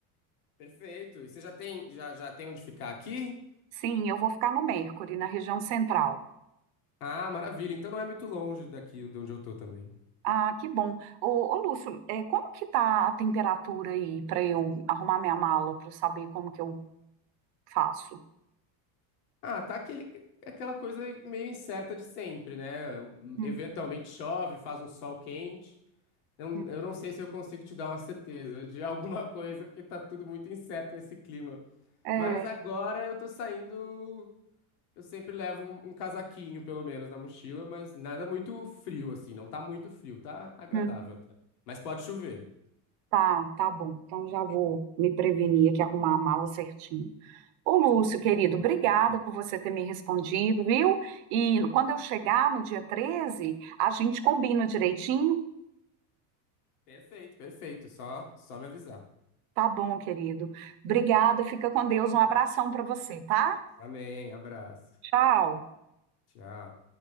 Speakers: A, on the left; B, on the right.
A: Perfeito. E você já tem, já, já tem onde ficar aqui?
B: Sim, eu vou ficar no Mercury, na região central.
A: Ah, maravilha. Então não é muito longe daqui de onde eu tô também.
B: Ah, que bom. Ô, ô Lúcio, é, como que tá a temperatura aí para eu arrumar minha mala para saber como que eu faço?
A: Ah, tá aquele, aquela coisa meio incerta de sempre, né?
B: Hum,
A: Eventualmente chove, faz um sol quente. Eu,
B: hum.
A: eu não sei se eu consigo te dar uma certeza de alguma <laughs> coisa, porque tá tudo muito incerto nesse clima.
B: É,
A: Mas agora eu tô saindo Eu sempre levo um, um casaquinho, pelo menos, na mochila, mas nada muito frio, assim. Não tá muito frio, tá agradável
B: hum,
A: até. Mas pode chover.
B: tá, tá bom. Então já vou me prevenir aqui, arrumar a mala certinho. Ô, Lúcio, querido, obrigada por você ter me respondido, viu? E quando eu chegar no dia 13 a gente combina direitinho?
A: Perfeito, perfeito. Só, só me avisar.
B: Tá bom, querido. Obrigada, fica com Deus. Um abração para você, tá?
A: Amém, abraço.
B: Tchau.
A: Tchau.